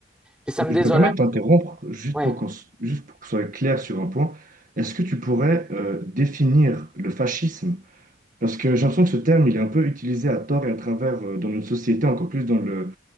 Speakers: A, in the centre; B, on the right.
A: mais ça me
B: Je
A: désole.
B: me permets
A: un- peu,
B: de t'interrompre juste
A: Ouais.
B: pour qu'on s- juste pour que ce soit clair sur un point. Est-ce que tu pourrais euh, définir le fascisme? Parce que j'ai l'impression que ce terme, il est un peu utilisé à tort et à travers euh, dans notre société, encore plus dans le,